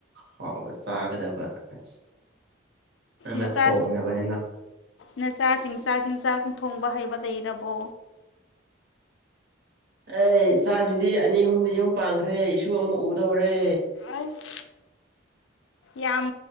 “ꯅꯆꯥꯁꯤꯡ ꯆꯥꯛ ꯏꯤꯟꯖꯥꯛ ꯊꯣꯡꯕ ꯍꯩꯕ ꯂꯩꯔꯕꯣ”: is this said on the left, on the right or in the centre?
Left